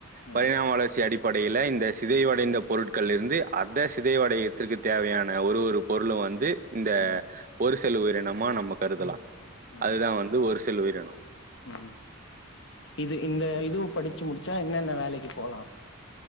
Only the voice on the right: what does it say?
பரிணாம
வளர்ச்சி அடிப்ப படைல் இந்த சிதைவடைந்த பொருட்கள்லருந்து அத சிதைவடையத்திற்கு தேவையான ஒரு ஒரு பொருளும் வந்து இந்த
ஒரு செல் உயிரினமா நம்ம கருதலாம்
அதுதான்
வந்து ஒரு சில உயிரினம்